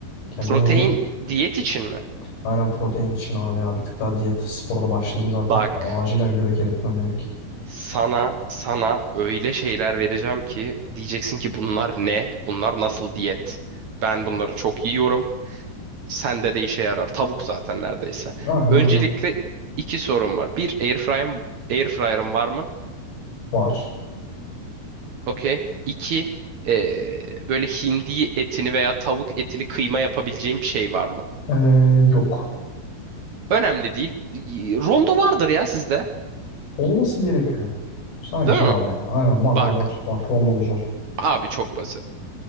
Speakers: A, on the left; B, on the right.
A: Kendime
B: Protein
A: bugün
B: diyet için mi?
A: aynen protein için abi ya. Bir tık daha diyet spora da başladım zaten.
B: Bak
A: Acilen göbek eritmem gerek.
B: sana sana öyle şeyler vereceğim ki diyeceksin ki bunlar ne? Bunlar nasıl diyet? Ben bunları çok yiyorum. Sende de işe yarar. Tavuk zaten neredeyse.
A: Aynen
B: Öncelikle
A: öyle.
B: iki sorum var. Bir airfryer'ım airfryer'ım var mı?
A: Var.
B: Okey. İki, eee, böyle hindi etini veya tavuk etini kıyma yapabileceğim bir şey var mı?
A: Ee, yok.
B: Önemli değil. Rondo vardır ya sizde.
A: Olması gerekiyor. Sanki
B: Değil
A: var
B: mi?
A: ya. Aynen var var
B: Bak.
A: var. Var. Rondomuz var.
B: Abi çok basit.